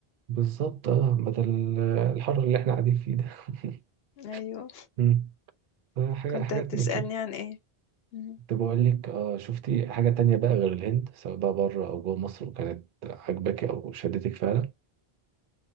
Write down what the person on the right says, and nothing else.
بالظبط اه بدل آه، الحر اللي احنا قاعدين فيه ده <laughs>
مم. آه، حاجة
حاجات
من كده
كنت بقول لك اه شفتي حاجة تانية بقى غير الهند سواء بقى بره او جوه مصر وكانت عاجباكي او شدتك فعلا